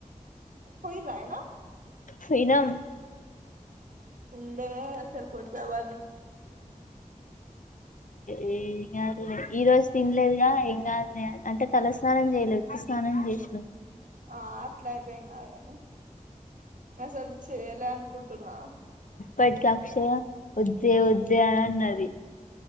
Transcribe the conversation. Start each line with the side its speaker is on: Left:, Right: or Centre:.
Right: పోయిండ్రా ఆయనా
Left: ఫొయ్ నాం
Right: ఉండేదే అస్సల్ కొంతమం
Left: ఏమ్ గాదులే ఈ రోజు తిండ్లేదు గా ఇంగా అంటే తలస్నానం జేయలేదు వుత్తు స్నాన జేషిన
Right: ఆ అట్లైతే ఎం గాదు గని అసల్ చేయలే అనుకుంటున్నా
Left: బయ్ట్ కా అక్షయ వద్దే వద్దే అనిఅన్నది